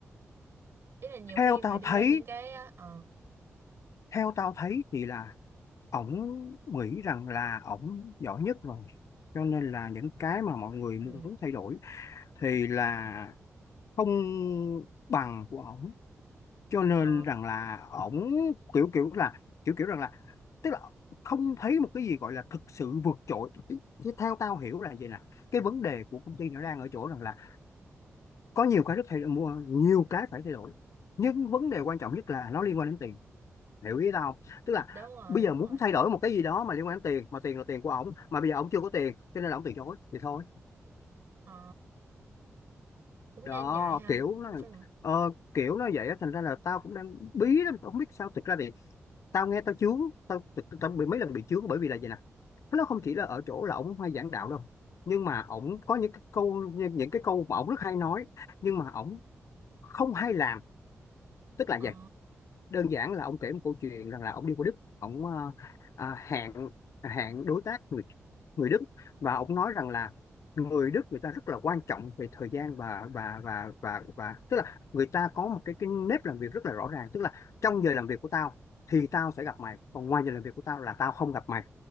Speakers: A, on the right; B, on the left.
A: Ý là nhiều
B: Theo
A: khi
B: tao
A: mà đưa
B: thấy,
A: ra những cái ờ
B: theo tao thấy thì là ổng nghĩ rằng là ổng giỏi nhất rồi. Cho nên là những cái mà mọi người
A: ừ.
B: muốn thay đổi thì là không bằng của ổng cho nên
A: Ờ,
B: rằng là ổng kiểu kiểu là kiểu kiểu rằng là tức là không thấy một cái gì gọi là thực sự vượt trội chứ theo tao hiểu là vậy nè cái vấn đề của công ty nó đang ở chỗ rằng là có nhiều cái rất thay đổi mua nhiều cái phải thay đổi nhưng vấn đề quan trọng nhất là nó liên quan đến tiền hiểu ý tao không? tức là
A: đúng rồi,
B: bây
A: đúng
B: giờ muốn
A: rồi.
B: thay đổi một cái gì đó mà liên quan đến tiền mà tiền là tiền của ổng mà bây giờ ổng chưa có tiền cho nên là ổng từ chối thì thôi
A: Ờ, cũng
B: đó
A: nên vậy ha.
B: kiểu nó
A: Nói chung là,
B: ờ, kiểu nó vậy á thành ra là tao cũng đang bí lắm tao không biết sao thực ra thì tao nghe tao chướng tao, tao, tao bị mấy lần bị chướng bởi vì là vậy nè nó không chỉ là ở chỗ là ổng hay giảng đạo đâu nhưng mà ổng có những cái câu những những cái câu mà ổng rất hay nói nhưng mà ổng không hay làm tức là
A: ờ,
B: vậy đơn giản là ông kể một câu chuyện rằng là ông đi qua Đức ông ờ, ờ, hẹn hẹn đối tác người người Đức và ông nói rằng là người Đức người ta rất là quan trọng về thời gian và và và và và tức là người ta có một cái cái nếp làm việc rất là rõ ràng tức là trong giờ làm việc của tao thì tao sẽ gặp mày còn ngoài giờ làm việc của tao là tao không gặp mày